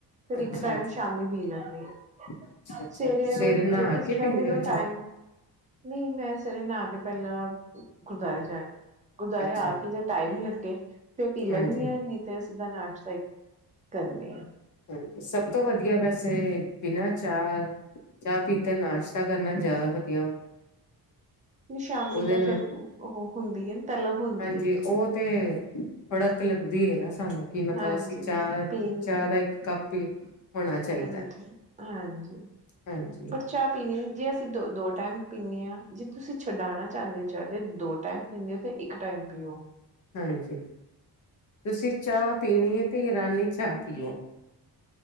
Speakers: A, on the right (about 20°); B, on the left (about 50°).
A: ਫਿਰ
B: ਅੱਛਾ
A: ਇੱਕ ਟਾਈਮ ਸ਼ਾਮੀ ਪੀ ਲੈਣੀਆਂ,
B: ਅੱਛਾ ਅੱਛਾ
A: ਸਵੇਰੇ
B: ਨਹਾ
A: ਜੇ ਕਿਸੇ
B: ਕੇ
A: ਟਾਈਮ
B: ਪੀਂਦੇ
A: ਮੈਨੂੰ
B: ਹੋ
A: ਟਾਈਮ
B: ਚਾਹ
A: ਨਹੀਂ ਮੈਂ ਸਵੇਰੇ ਨਾ ਕੇ ਪਹਿਲਾਂ ਗੁਰਦੁਆਰੇ ਚ ਆਏ ਗੁਰਦੁਆਰੇ
B: ਅੱਛਾ
A: ਆ ਕੇ ਜੇ ਟਾਈਮ ਲੱਗੇ, ਫਿਰ ਪੀ ਲੈਣੀਆਂ
B: ਹਾਂਜੀ
A: ਨਹੀਂ ਤੇ ਸਿੱਧਾਂ ਨਾਸ਼ ਸਹੀ ਕਰਨੀ ਆ।
B: ਹਾਂ, ਸਭ ਤੋਂ ਵਧੀਆ ਵੈਸੇ ਬਿਨਾਂ ਚਾਹ, ਚਾਹ ਪੀਤੇ ਨਾਸ਼ਤਾ ਕਰਨਾ ਜ਼ਿਆਦਾ ਵਧੀਆ ਹੁੰਦਾ।
A: ਨਹੀਂ ਸ਼ਾਮੀ
B: ਉਹਦੇ
A: ਤਾਂ
B: ਨਾਲ
A: ਫਿਰ ਉਹ ਹੁੰਦੀ ਹੈ ਤਲਬ ਹੁੰਦੀ
B: ਹਾਂਜੀ,
A: ਹੈ
B: ਉਹ ਤੇ ਫੜਕ ਲੱਗਦੀ ਹੈ, ਨਾ ਸਾਨੂੰ ਕਿ ਮਤਲਬ
A: ਹਾਂਜੀ
B: ਅਸੀਂ ਚਾਹ
A: ਪੀਣੀ
B: ਚਾਹ
A: ਹੈ।
B: ਦਾ ਇੱਕ ਕੱਪ ਹੀ ਹੋਣਾ ਚਾਹੀਦਾ
A: ਹਾਂਜੀ, ਹਾਂਜੀ
B: ਹਾਂਜੀ
A: ਬਟ ਚਾਹ ਪੀਣੀ ਜੇ ਅਸੀਂ ਦੋ ਦੋ ਟਾਈਮ ਪੀਂਦੇ ਹਾਂ ਜ ਤੁਸੀਂ ਛੁਡਾਉਣਾ ਚਾਹੁੰਦੇ ਹੋ ਚ ਜ ਦੋ ਟਾਈਮ ਪੀਂਦੇ ਹੋ ਕੇ ਇੱਕ ਟਾਈਮ। ਪੀਓ
B: ਹਾਂਜੀ, ਤੁਸੀਂ ਚਾਹ ਪੀਣੀ ਹੈ ਤੇ ਇਰਾਨੀ ਚਾਹ ਪੀਓ।